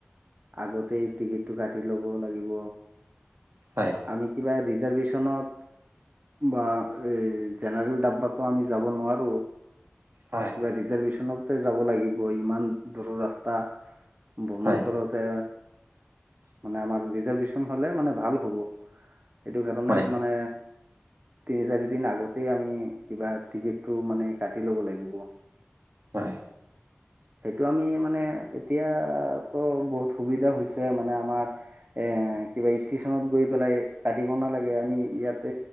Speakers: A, on the right; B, on the right.
A: আগতেই টিকেটটো কাটি ল'ব লাগিব।
B: হয়
A: আমি কিবা ৰিজাৰ্ভেশ্যনত বা এই জেনেৰেল ডাবাটো আমি যাব নোৱাৰো।
B: হয়
A: কিবা ৰিজাৰ্ভেশ্যনতে যাব লাগিব ইমান দূৰৰ ৰাস্তা। ভ্ৰমণ
B: হয়
A: কৰোতে মানে আমাৰ ৰিজাৰ্ভেচন হ'লে মানে ভাল হ'ব। সেইটো কাৰণে
B: হয়
A: মানে তিনি চাৰি দিন আগতে আমি কিবা টিকেটটো মানে কাটি ল'ব লাগিব।
B: হয়।
A: সেইটো আমি মানে এতিয়াতো বহুত সুবিধা হৈছে মানে আমাৰ এ কিবা ষ্টেচনত গৈ পেলাই কাটিব নালাগে, আমি ইয়াতে